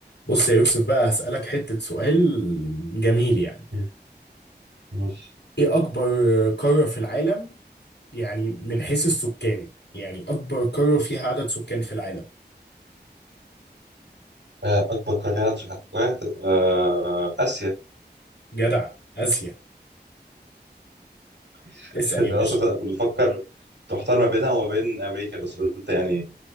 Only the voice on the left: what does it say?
بص يا يوسف بقى هسألك حتة سؤال جميل يعني
ايه اكبر قارة في العالم يعني من حيث السكان يعني اكبر قارة فيها عدد سكان في العالم
جدع اسيا
اسأل
يا
باشا